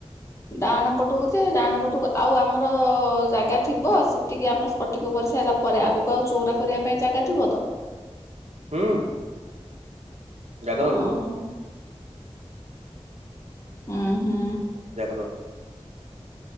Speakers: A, on the left; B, on the right.
A: ଡାହାଣ ପଟକୁ ଯେ ଡାହାଣ ପଟକୁ ଆଉ ଆମର ଜାଗା ଥିବ ସେତିକି ଆମ ସ ପଟିକ କରିସାଇଲା ପରେ ଆଗକୁ ଆଉ ଚଉଁରା କରିବା ପାଇଁ ଜାଗା ଥିବ ତ।
B: ହୁଁ। ଜାଗା
A: ଅଁ
B: ରହିବ
A: ହୋ। ଉଁ ହୁଁ।
B: ଜାଗା ର